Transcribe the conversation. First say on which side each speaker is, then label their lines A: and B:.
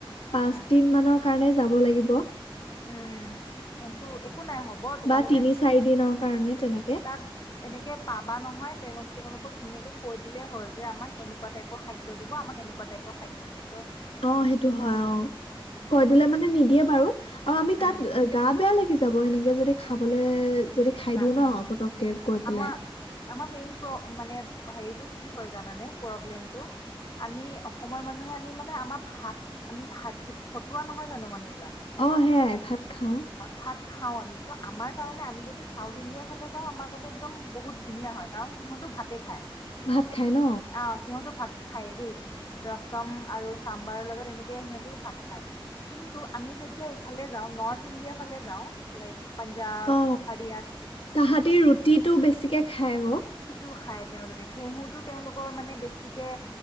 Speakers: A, on the left; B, on the left.
A: পাঁচ
B: উম
A: দিন মানৰ কাৰণে যাব লাগিব।
B: উম, সেইটো একো নাই হ'ব তোমালোকে
A: বা তিনি চাৰি দিনৰ কাৰণে, তেনেকে।
B: তাত এনেকে পাবা নহয়, তেওঁ তেওঁলোকক ধুনীয়াকে কৈ দিলেই হ'ল, যে আমাক এনেকুৱা টাইপৰ খাদ্য দিব, আমাক এনেকুৱা টাইপৰ খাদ্য নিদ
A: অ' সেইটো হয়, অ'।
B: উম
A: কৈ দিলে মানে নিদিয়ে বাৰু অ, আমি তাত
B: উম
A: গা বেয়া লাগি যা- ব, এনেকে যদি খাবলে যদি খাই
B: না
A: দিও
B: উম।
A: ন পতককে গৈ পেলাই
B: আমা, আমাৰ মেইন প্ৰ, মানে হেৰিতোট কি হয় জানানে প্ৰব্লেমটো? আমি অসমৰ মানুহে আমি মানে আমাৰ ভাত, আমি ভাত ভিত, ভটোৱা নহয় জানোঁ মানুহ-
A: অহ, সেয়াই ভাত খাওঁ।
B: ভাত খাওঁ আমি। ত আমাৰ কাৰণে আমি যদি চাউথ ইণ্ডিয়াৰ ফালে যাওঁ আমাৰ কাৰণে একদম বহুত ধুনীয়া হয়, কাৰণ সিহঁতেও ভাতে খায়।
A: ভাত খায় ন?
B: আহ সিহঁতো খায় দেই, ৰচম আৰু চাম্বাৰৰ লগত এনেকে সিহঁতিও ভাত খায়। কিন্তু আমি যেতিয়া ইফালে যাওঁ নৰ্থ ইণ্ডিয়া ফালে যাওঁ, লাইক- পঞ্জাৱ,
A: অ
B: হাৰ-
A: তাহাঁতি ৰুটিটো বেছিকে খাই ও।
B: অ খাই তেওঁলোকে। ঘেঁহুতো তেওঁলোকৰ মানে বেছিকে